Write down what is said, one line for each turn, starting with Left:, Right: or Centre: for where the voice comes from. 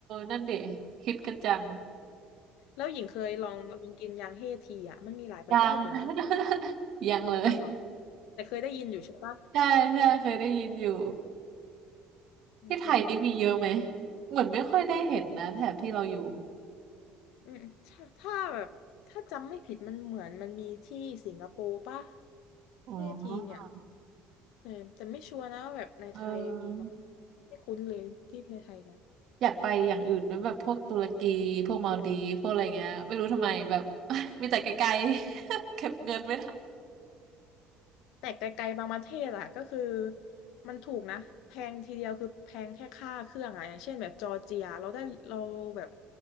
Right: นั่นเด็คิดกันจัง
Left: แล้วหญิงเคยลองลองกินยางเฮทีอ่ะมันมีหลายประเทศอยู่นะ
Right: ยัง <laughs> ยังเลย
Left: บัางหรอกแต่เคยได้ยินอยู่ใช่ปะ
Right: ใช่ใช่เคยได้ยินอยู่
Left: อืมอืม
Right: ที่ไทยนี่มีเยอะไหมเหมือนไม่ค่อยได้เห็นนะแถบที่เราอยู่
Left: อืมถ้าถ้าแบบถ้าจำไม่ผิดมันเหมือนมันมีที่สิงคโปร์ปะ
Right: อ๋อ
Left: เที่ทีเนี่ยแต่แต่ไม่ชัวร์นะว่าแบบในไทยมีมั้ย
Right: เออ
Left: ไม่คุ้นเลยที่ในไทยเนี่ย
Right: อยากไปอย่างอื่นด้วยแบบพวกตุรกีพวกมาลดีฟพวกอะไรเงี้ยไม่รู้ทำไมแบบ <laughs> มีแต่ไกลๆ <laughs> เก็บเงินไม่ทัน
Left: แต่ไกลๆบางประเทศอะก็คือมันถูกนะแพงทีเดียวคือแพงแค่ค่าเครื่องอะอย่างเช่นแบบจอร์เจียเราได้เราแบบ